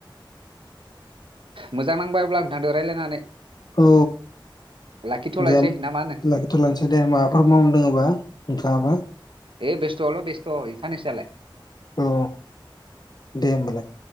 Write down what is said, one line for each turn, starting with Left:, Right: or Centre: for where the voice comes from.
Right: मोजां नांबाय अब्ला नोंथांदो रायलायनानै
Left: औ
Right: लाखिथ'लायसै
Left: दे
Right: ना मा होनो
Left: लाखिथ लानोसै दे माबाफोर मावदोंङबा नोंथाङाबा।
Right: ए बेस्थल बेस्थ सानैसोआलाय।
Left: औ दे होनबालाय।